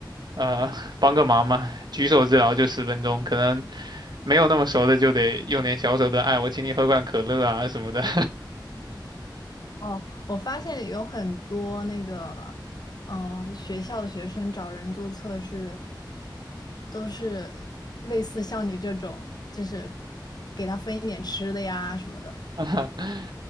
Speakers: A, on the right; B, on the left.
A: 呃帮个忙嘛，举手之劳就十分钟，可能没有那么熟的就得用点小手段，哎，我请你喝罐可乐啊什么的，
B: 哦，我发现有很多那个，呃，学校的学生找人做测试，都是类似像你这种，就是给他分一点吃的呀什么的。
A: <laughs>